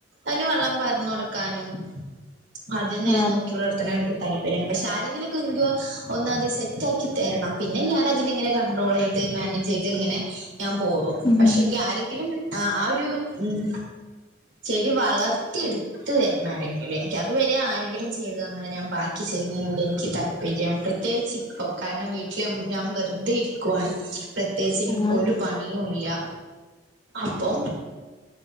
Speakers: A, on the right (about 85°); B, on the left (about 25°).
A: അയ്ന് വെള്ളം പരന്ന് കൊട്ക്കാനും അത് ഇങ്ങനെ
B: ആഹ്
A: നോക്കി വളർത്താളാണ എനിക്ക് താല്പര്യം പശേ ആരാങ്കിലും <unintelligible> ഒന്ന് അത് സെറ്റക്കി തരണം പിന്നെ ഞാനേ ഇങ്ങനെ കണ്ട്രോള് ചെയ് മാനേജ് ചെയ്ത് ഇങ്ങനെ ഞാൻ പോകും പശേയെങ്കി
B: ഉം
A: ആരാങ്കിലും ആഹ് ഒരു ഉം ചെടി വളർത്തിയേട് എത്ത് തേരം ആരാങ്കിലും എനിക്ക് അത് വേരെ ആരെങ്കിലും ചെയ്തു തന്നാ ഞാൻ ബാക്കി ചെയ്യ്ന്നതിനോട് എനിക്ക് <unintelligible> പ്രതോകിച്ച് ഇപ്പാം കാരണം വീ ട്ടിലും ഞാൻ വെറുതെ ഇരിക്കുവയാണ് പ്രത്യേകിച്ച് എനിക്ക്
B: ആഹ്
A: ഒര് പണിയും ഇല്ല്യാ അപ്പോ